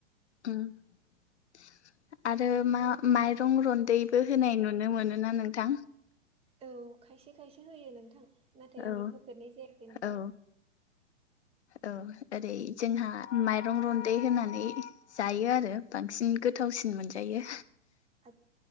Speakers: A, on the left; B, on the right.
A: ओम आरो
B: बेबायदिनो
A: मा-माइरं रन्दैबो होनाय नुनो मोनोना नोंथां
B: औ खायसे खायसे होयो नोंथां नाथाय
A: औ
B: आं होफेरनाय जायाखै नोंथां
A: औ औ ओरै जोंहा माइरं रन्दै होनानै जायो आरो बांसिन गोथावसिन मोनजायो
B: ओ